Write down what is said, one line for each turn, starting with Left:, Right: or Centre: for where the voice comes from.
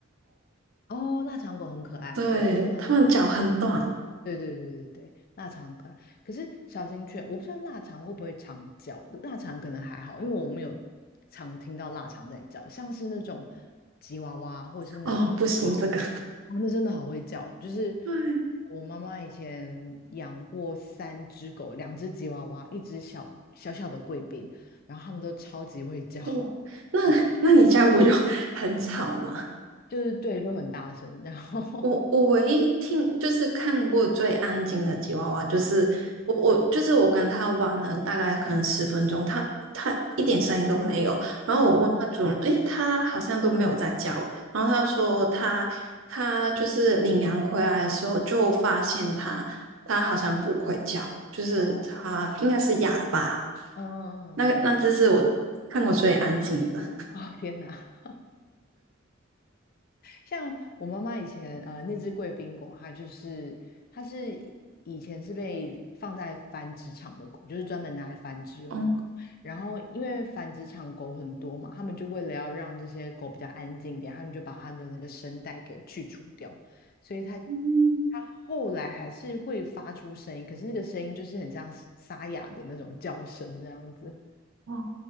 Left: 哦，腊肠狗很可爱，
Right: 对，
Left: 对，腊肠狗
Right: 他们脚很短
Left: 对对对对对，腊肠很可爱。可是小型犬，我不知道腊肠会不会常叫，腊肠可能还好，因为我没有常听到腊肠在叫，像是那种吉娃娃或是那种，
Right: 哦，不行，
Left: 哦，
Right: 这个
Left: 哦，那真的好会叫。就是
Right: <laughs> 对
Left: 我妈妈以前养过三只狗，两只吉娃娃，一只小小小的贵宾，然后它们都超级会叫，
Right: 哇，那那你家我就
Left: <laughs>
Right: <laughs> 很吵吗？
Left: 就是对，就很大声，然后，
Right: 我我唯一听就是看过最安静的吉娃娃，就是我我就是我跟他玩了大概可能十分钟，他他一点声音都没有。
Left: <laughs>
Right: 然后我问他主人，
Left: 哦
Right: 诶，他好像都没有在叫。然后他说他他就是领羊回来的时候就发现他他好像不会叫，就是他应该是哑巴。
Left: 哦，嗯嗯嗯，
Right: 那那只是我看过最安静的。
Left: 嗯 <laughs> 哦天哪！像我妈妈以前呃那只贵宾狗，它就是它是以前是被放在繁殖场的狗，就是专门拿来繁殖用的狗。
Right: 嗯
Left: 然后因为繁殖场狗很多嘛，他们就为了要让这些狗比较安静一点，他们就把它的那个声带给去除掉，所以它
Right: 嗯
Left: 它后来还是会发出声音，可是那个声音就是很像沙哑的那种叫声这样子。
Right: 哇，